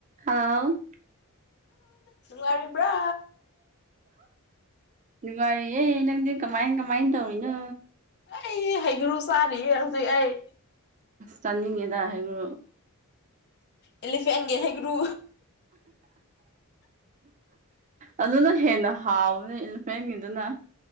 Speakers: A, on the right; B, on the left.
A: ꯍꯥꯎ
B: ꯅꯨꯉꯥꯏꯔꯤꯕ꯭ꯔꯥ
A: ꯅꯨꯡꯉꯥꯔꯤ‍ꯌꯦ ꯅꯪꯗꯤ ꯀꯃꯥꯏ ꯀꯃꯥꯏꯅ ꯇꯧꯔꯤꯅꯣ
B: ꯑꯩ ꯍꯩꯒ꯭ꯔꯨ ꯆꯥꯔꯤꯌꯦ ꯍꯧꯖꯤꯛ ꯑꯩ
A: ꯆꯥꯅꯤꯡꯉꯤꯗ ꯍꯥꯏꯒꯔꯨ
B: ꯑꯦꯂꯤꯐꯦꯟꯒꯤ ꯍꯩꯒ꯭ꯔꯨ
A: ꯑꯗꯨꯅ ꯍꯦꯟꯅ ꯍꯥꯎꯕꯅꯦ ꯏꯂꯤꯐꯦꯟꯒꯤꯗꯨꯅ